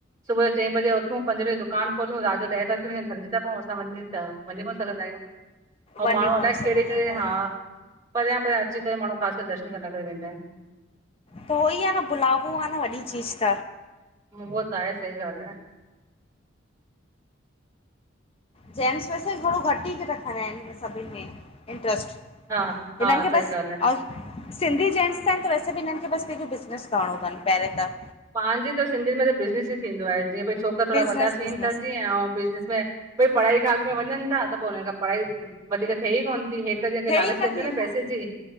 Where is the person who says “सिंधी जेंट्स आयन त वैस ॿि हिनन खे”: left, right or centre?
Left